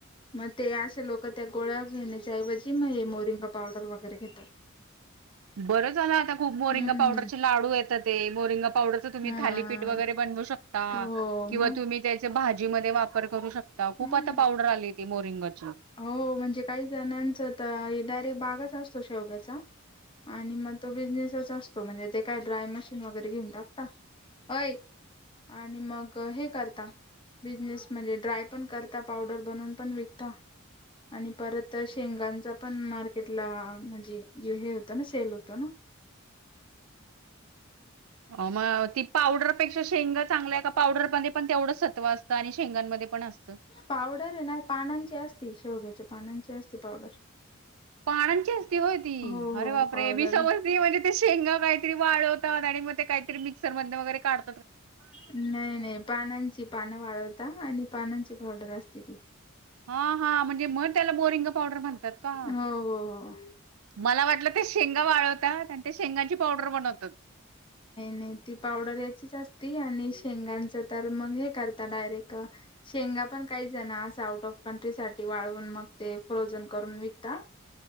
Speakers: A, on the left (about 25°); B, on the right (about 85°).
A: मग ते असे लोक त्या गोळ्या घेण्याच्या ऐवजी मग हे मोरिंगा पावडर वगैरे घेतात.
B: बरं झालं आता खूप मोरिंगा
A: हम्म
B: पावडरचे लाडू येतात ते मोरिंगा पावडर तुम्ही
A: हा
B: थालीपीठ वगैरे बनवू शकता
A: हो
B: किंवा
A: मग
B: तुम्ही त्याचे भाजी मध्ये वापर करू शक ता खूप
A: हम्म
B: आता पावडर आली ती मोरिंगनं
A: हो म्हणजे काही जणांच त डायरेक्ट बागाच असतो शेवग्याचा आणि मग तो बिजनेसच असतो म्हणजे ते काय ड्राय मशीन वगैरे घेऊन टाकता. अय आणि मग हे करता बिझनेस म्हणजे ड्राय पण करता. पावडर बनवून पण विकता.
B: <unintelligible>
A: आणि परत शेंगांचा पण मार्केटला म्हणजे हे होतं ना सेल होत न
B: <inaudible> म ती पावडरपेक्षाशेंगा चांगल्या का पावडरमध्ये पण तेवढंच सत् हो असत आणि शेंगांमध्ये पण अस
A: पावडर ये ना तानांची असतेच शेवग्याची पानांची असते पावडर.
B: पानांची असस्ती होय ती
A: हो
B: अरे
A: हो
B: बाप
A: पावडर
B: रे! मी समजते म्हणजे ते शेंगा काहीतरी वाळवतात आणि मग ते काय तरी मिक्सर मधन वगैरे काढ
A: नाही नाही पानांची पानं वाळवता आणि पानांची पावडर असते ती.
B: हा हा म्हणजे म त्याला बोरिंग पावडर म्हणतात का?
A: हो हो हो
B: मला वाटलं ते शेंगा वाळवतात आणि त्या शेंगांची पावडर बनवतात.
A: नाय ती पावडर याचीच अस ते आणि शेंगांच तर मग हे करता डायरेक्ट शेंगा पण काहीच जण अस आउट ऑफ कट्री साठी वाळून मग ते फ्रोझन करून विकता.